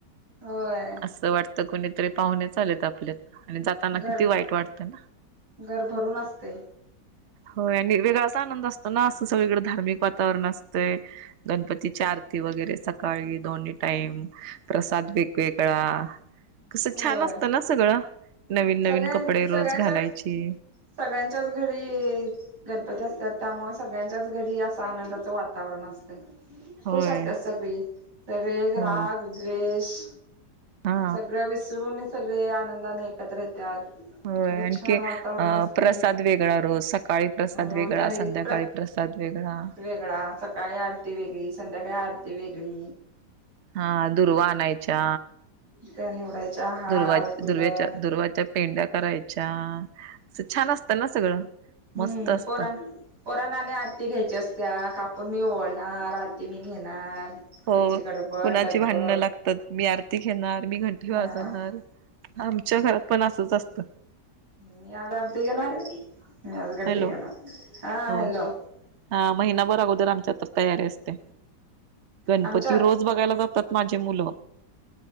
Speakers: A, on the right; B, on the right.
A: होय
B: असं वाटत कुणीतरी पाहुणे च आलेत आपल्यात आणि जाताना
A: घर
B: किती वाईट वाटतं ना.
A: घर भरून असते
B: होय आणि वेगळाच आनंद असतो ना असं सगळीकडे धार्मिक वातावरण असतंय गणपतीची आरती वगैरे सकाळी दोन्ही टाईम प्रसाद वेगवेगळा कसं
A: होय
B: छान असतं ना सगळं नवीन नवीन
A: सगळ्यां
B: कपडे रोज
A: सगळ्यांच्याच
B: घालायची
A: सगळ्यांच्याच घरी गणपती असतात त्यामुळे सगळ्यांच्याच घरी असं आनंदाचं वातावरण असत खुश
B: होय
A: असतात सगळी सगळे
B: हो
A: राग द्वेष
B: हा
A: सगळं विसरून सगळे आनंदाने एकत्र येतात
B: हो
A: अरे
B: आणखी
A: छान
B: अं
A: वातावरण असते
B: प्रसाद वेगळा रोज सकाळी प्रसाद
A: रोज
B: वेगळा
A: आणि
B: संध्याकाळी
A: प्र
B: प्रसाद वेगळा
A: वेगळा सकाळी आरती वेगळी संध्याकाळी आरती वेगळी
B: हा दुर्वा आणायच्या
A: त्या निवडायच्या हार
B: दुर्वा
A: फुलं
B: दुर्व्याच्या दुर्वाच्या पेंड्या करायच्या असं छान असतं ना सगळं मस्त
A: हम्म
B: असतं
A: पोरां पोरांना आरती घ्यायच्या असत्या का मी ओळनार आरती मी घेणार
B: हो
A: त्याची गडबड
B: कुणाची
A: लगबग
B: भांडणं लागतात मी आरती घेणार मी घंटी
A: हा
B: वाजवणार आमच्या घरात पण असंच असत
A: मी आज आरधी घेणार मी आज गद्दी
B: हॅलो
A: घेणार हा
B: होय
A: हॅलो
B: हा महिनाभर अगोदर आमच्या तर तयारी असते गणपती
A: आमच्यात
B: रोज बघायला जातात माझ्या मुल